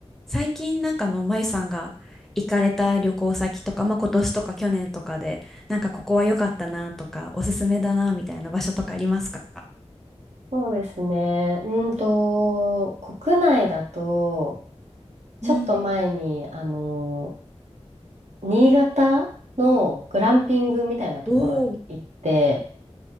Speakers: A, in the centre; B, on the right (about 85°).
A: 最近なんかあの、まゆさんが行かれた旅行先とか、まあ、今年とか去年とかで、なんかここは良かったなとか、おすすめだなみたいな場所とかありますか
B: そうですね。うんと、国内だと、ちょっと前に、
A: うん。
B: あの、新潟のグランピングみたいなところに行って、
A: おお、